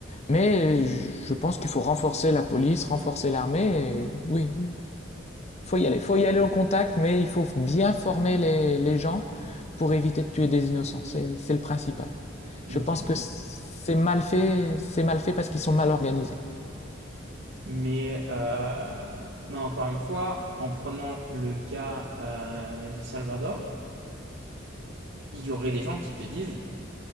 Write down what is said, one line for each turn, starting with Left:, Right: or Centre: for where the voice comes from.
Left: Mais je je pense qu'il faut renforcer la police, renforcer l'armée. et Oui, faut y aller, faut y aller au contact, mais il faut bien former les, les gens pour éviter de tuer des innocents. C'est, c'est le principal.
Right: Ok.
Left: Je pense que c'est mal fait, c'est mal fait parce qu'ils sont mal organisés.
Right: Mais, euh, mais encore une fois, en prenant le cas euh, du Salvador, il y aurait des gens qui te disent,